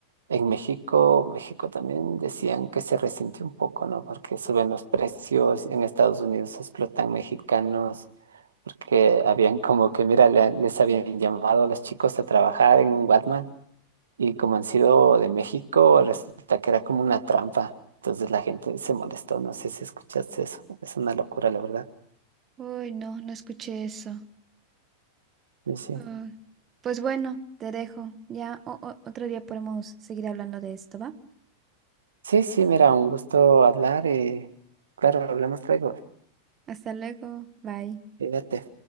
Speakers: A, on the right; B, on the right.
A: en México, México también decían que se resintió un poco, ¿no? Porque suben los precios, en Estados Unidos explotan mexicanos, porque habían como que, mira, le- les habían llamado a los chicos a trabajar en un Walmart y como han sido de México, resulta que era como una trampa. Entonces la gente se molestó, no sé si escuchaste eso, es una locura, la verdad.
B: Uy, no, no escuché eso.
A: Y Sí,
B: Ah, Pues bueno, te dejo. Ya o- o- otro día podemos seguir hablando de esto, ¿va?
A: sí, sí, mira, un gusto hablar y claro, hablamos luego.
B: Hasta luego. Bye.
A: Cuídate.